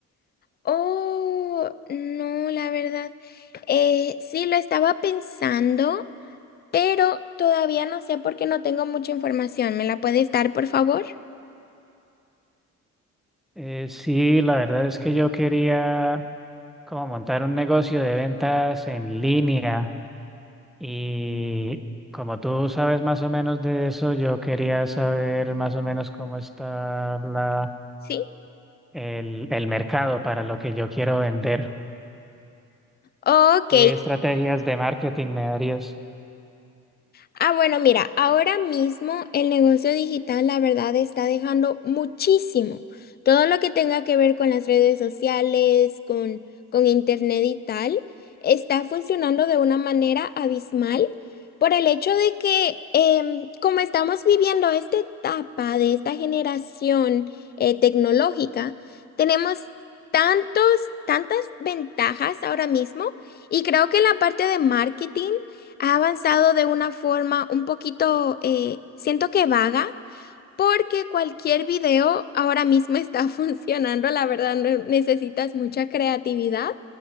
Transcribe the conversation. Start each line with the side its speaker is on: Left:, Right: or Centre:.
Left: Oh, no, la verdad. eh, sí, lo estaba pensando, pero todavía no sé porque no tengo mucha información. ¿Me la puedes dar, por favor?
Centre: Eh, sí, la verdad es que yo quería como montar un negocio de ventas en línea y como tú sabes más o menos de eso, yo quería saber más o menos cómo está la,
Left: Sí.
Centre: el, el mercado para lo que yo quiero vender.
Left: Ok,
Centre: ¿Qué estrategias de marketing me darías?
Left: Ah, bueno, mira, ahora mismo el negocio digital, la verdad, está dejando muchísimo. Todo lo que tenga que ver con las redes sociales, con, con internet y tal, está funcionando de una manera abismal por el hecho de que em, como estamos viviendo esta etapa de esta generación eh, tecnológica, tenemos tantos, tantas ventajas ahora mismo y creo que en la parte de marketing ha avanzado de una forma un poquito, eh, siento que vaga, porque cualquier video ahora mismo está <laughs> funcionando, la verdad no necesitas mucha creatividad,